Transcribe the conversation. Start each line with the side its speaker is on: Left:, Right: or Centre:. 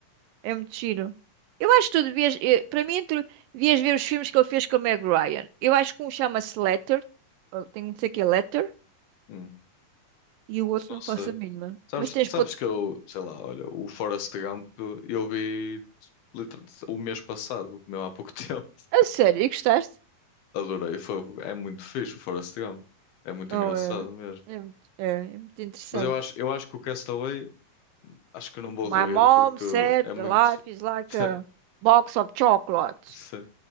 Right: É muito giro. Eu acho que tu devias. eh, Para mim, tu devias ver os filmes que ele fez com a Meg Ryan. Eu acho que um chama-se Letter. ou Tem um que sei que é Letter.
Left: Hum,
Right: E o outro
Left: não
Right: não
Left: sei.
Right: faço a mínima.
Left: Sabes,
Right: Mas tens.
Left: sabes
Right: pod-
Left: que eu, sei lá, olha, o Forrest Gump eu vi liter- o mês passado, mesmo há pouco <laughs> tempo.
Right: A sério, e gostaste?
Left: Adorei. Foi, é muito fixe o Forrest Gump. É muito
Right: Oh,
Left: engraçado
Right: é,
Left: mesmo.
Right: é, muito, é, é muito interessante.
Left: Mas eu acho, eu acho que o Castaway, acho que não vou
Right: My
Left: rever
Right: mom
Left: porque
Right: said
Left: é muito.
Right: the life is like
Left: <laughs>
Right: a box of chocolates.
Left: sim